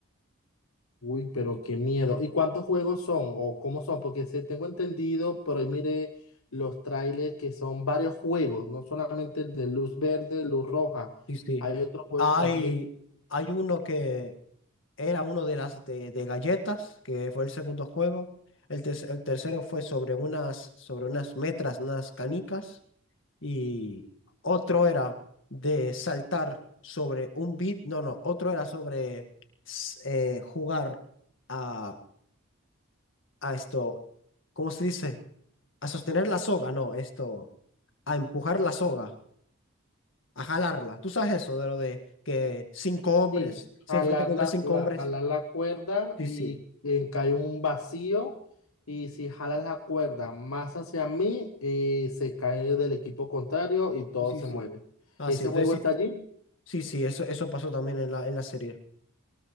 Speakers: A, on the left; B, on the left.
A: Uy, pero qué miedo. ¿Y cuántos juegos son o cómo son? Porque se tengo entendido, por ahí mire los trailers que son varios juegos, no solamente el de luz verde, luz roja.
B: Sí, sí.
A: Hay otros juegos
B: Hay,
A: también
B: hay uno que era uno de las de, de galletas, que fue el segundo juego. El, ter- el tercero fue sobre unas, sobre unas metras, unas canicas. y otro era de saltar sobre un beat, no, no, otro era sobre s- eh, jugar a, a esto, ¿cómo se dice? A sostener la soga, no, esto, a empujar la soga, a jalarla. ¿Tú sabes eso de lo de que cinco hombres
A: Sí,
B: se
A: jalar
B: enfrentan contra
A: la,
B: cinco
A: la-
B: hombres?
A: jalar la cuerda
B: Sí,
A: y
B: sí,
A: eh, cae un vacío. Y si jalas la cuerda más hacia mí, eh, se cae del equipo contrario y todos
B: sí, sí.
A: se
B: sí.
A: mueren.
B: Ah,
A: ¿Ese
B: sí, entonces
A: juego
B: sí,
A: está allí?
B: sí, sí, eso, eso pasó también en la, en la serie.